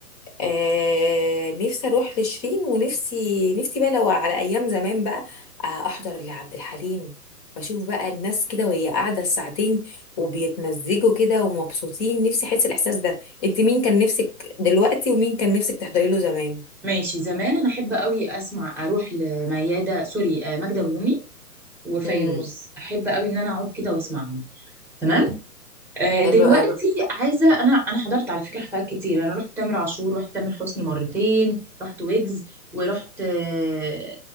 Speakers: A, on the left; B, in the centre.
A: آه نفسي اروح لشيرين ونفسي نفسي بقى لو على ايام زمان بقى آه احضر لعبد الحليم بشوف بقى الناس كده وهي قاعده ساعتين وبيتمزجوا كده ومبسوطين نفسي احس الاحساس ده انت مين كان نفسك دلوقتي ومين كان نفسك تحضري له زمان
B: ماشي زمان أنا أحب قوي أسمع أروح لميادة سوري آه، ماجدة الرومي وفيروز
A: امم
B: أحب قوي إن أنا أقعد كده وأسمعهم تمام آه،
A: حلو
B: دلوقتي
A: قوي
B: عايزه انا انا حضرت على فكره حفلات كتير انا رحت تامر عاشور رحت تامر حسني مرتين رحت ويجز ورحت آه،